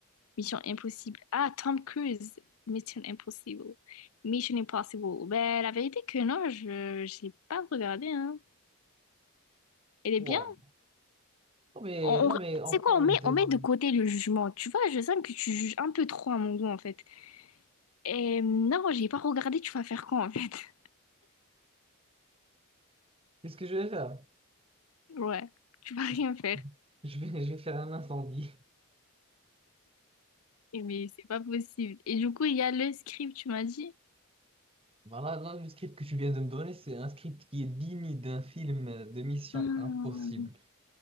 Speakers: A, on the left (about 75°); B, on the right (about 25°).
A: Mission Impossible. Ah, Tom Cruise. Mission Impossible. Mission Impossible. Ben, la vérité que non, je j'ai pas regardé, hein. Elle est bien?
B: Waouh. Non, mais,
A: On,
B: non,
A: on-
B: mais on
A: c'est quoi,
B: parle
A: on met,
B: de.
A: on met de côté le jugement. Tu vois, je sens que tu juges un peu trop à mon goût, en fait. Et non, j'ai pas regardé, tu vas faire quoi, en fait? <laughs>
B: Qu'est-ce que je vais faire?
A: Ouais, tu vas rien
B: Je,
A: faire.
B: je vais, je vais faire un incendie.
A: Et mais c'est pas possible. Et du coup, il y a le script, tu m'as dit?
B: Voilà, là, le script que tu viens de me donner, c'est un script qui est digne d'un film de Mission
A: Hmm.
B: Impossible.